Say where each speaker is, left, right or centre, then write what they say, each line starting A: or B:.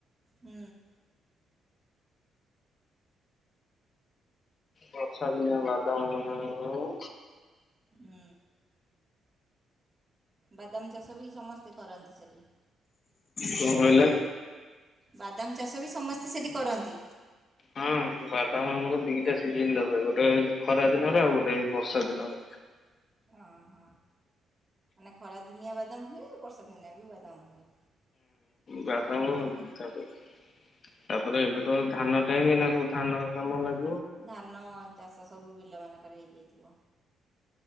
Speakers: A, on the right; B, on the left.
A: ହୁଁ।
B: ବର୍ଷା ଦିନଆ ବା ଦାମ ଲଗା ହବ।
A: ହୁଁ। ବାଦାମ ଚାଷ ବି ସମସ୍ତେ କରନ୍ତି ସେ
B: କଣ କହିଲେ?
A: ବାଦାମ ଚାଷ ବି ସମସ୍ତେ ସେଇଠି କରନ୍ତି?
B: ହଁ ବାଦାମ ଆମର ଦିଟା ସିଜନ ରହ ଗୋଟେ ଏ ଖରା ଦିନରେ ଆଉ ଗୋଟେ ଏଇ ବର୍ଷା ଦିନରେ।
A: ଓ ହ ମାନେ ଖରା ଦିନଆ ବାଦାମ ହୁଏ ବର୍ଷା ଦିନଆ ବି ବାଦାମ ହୁଏ।
B: ବାଦାମ ତା ତାପରେ ଏବେ ତ ଧାନ ଟାଇ ସବୁ ଧାନ କାମ ଲାଗି
A: ଧାନ ଚାଷ ସ ବୁ ବିଲମାନଙ୍କର ହେଇଯାଇଥିବ।